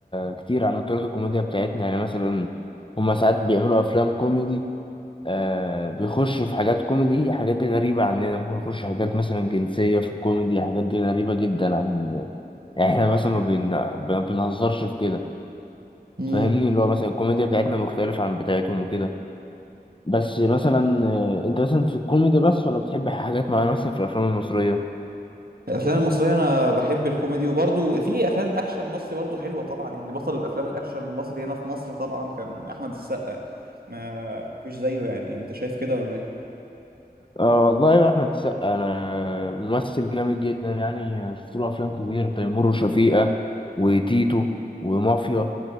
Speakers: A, on the left; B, on the right.
A: كتير عن طريقة الكوميديا بتاعتنا يعني مثلا هما ساعات بيعملوا أفلام كوميدي آه بيخشوا في حاجات كوميدي حاجات دي غريبة عننا ممكن يخشوا حاجات مثلا جنسية في الكوميدي حاجات دي غريبة جدا عن يعني احنا مثلا ما بن... ما بنهزرش في كده
B: ايه
A: فاهمني اللي هو مثلا الكوميديا بتاعتنا مختلفة عن بتاعتهم وكده بس مثلا آه، انت مثلا في الكوميدي بس ولا بتحب حاجات معينة مثلا في الأفلام المصرية؟
B: الافلام المصريه انا بحب الكوميدي وبرضو في افلام اكشن مصري برضو حلوه طبعا يعني بطل الافلام الاكشن المصري هنا في مصر طبعا كان احمد السقا ما فيش زيه يعني انت شايف كده ولا ايه
A: اه والله يا احمد السقا انا ممثل جامد جدا يعني شفت له افلام كتير تيمور وشفيقة وتيتو ومافيا